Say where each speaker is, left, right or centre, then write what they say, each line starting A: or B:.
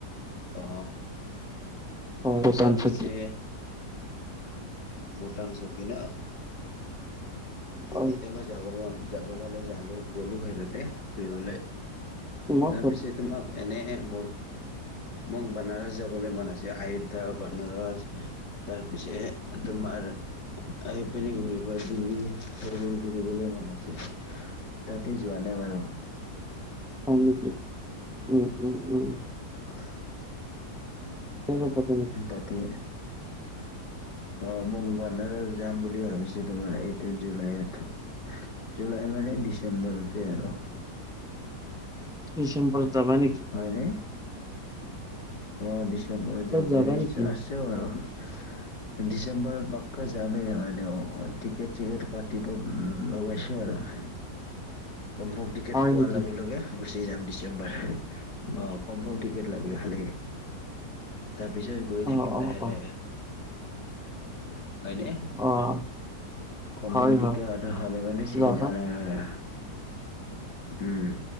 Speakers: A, on the left; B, in the centre.
A: অ,
B: <unintelligible>
A: তাৰ পিছে ভূটান চকী ন?
B: হয়
A: কেতিয়াবা যাব যাব পালে, জালো গ'লো হয় তাতে ফুৰিবলে।
B: মই
A: তাৰ
B: হয়
A: পিছত তোমাক, এনে ব মোক বানাৰছ যাবলৈ মন আছে, আয়োধ্যা, বানাৰছ। তাৰ পিছে তোমাৰ আহি পেনি ঘূৰি পৰা দিল্লী। সেইবোৰ ঘূৰিবলৈ মন আছ, তাতে যোৱা নাই বাৰু।
B: হয় নেকি উম, উম, উম,
A: <unintelligible>
B: <unintelligible>
A: তাতে, অ, মোক বনাৰত যাম বুলি ভাবিছো তোমাৰ এইটো জুলাইত। জুলাই মানে ডিচেম্বৰতে আৰু।
B: ডিচেম্বৰত যাবা নেকি?
A: হয়নে অ, ডিচেম্বৰত যাবলৈ
B: যাবা
A: ইচ্ছা
B: নেকি?
A: আছে। সেইটো এই বাৰু। ডিচেম্বৰত পাক্কা যামেই মানে অ, টিকেট-চিকেট কাটিব উম, লগাইছো আৰু কম, কম দি। টিকেট
B: হয়
A: পোৱাৰ
B: নেকি?
A: লগে লগে, গুচি যাম ডিচেম্বৰ। অ, কম্ফম টিকেট লাগে খালি, তাৰপিছত গৈ থাকিম
B: অ', অ',
A: লাহে
B: অ',
A: লাহে, হয়নে?
B: অ',
A: কম্ফমটিকে
B: হয়, হয়,
A: হ'লে মানে চিন্তা
B: যাবা।
A: নাই আৰু। উম,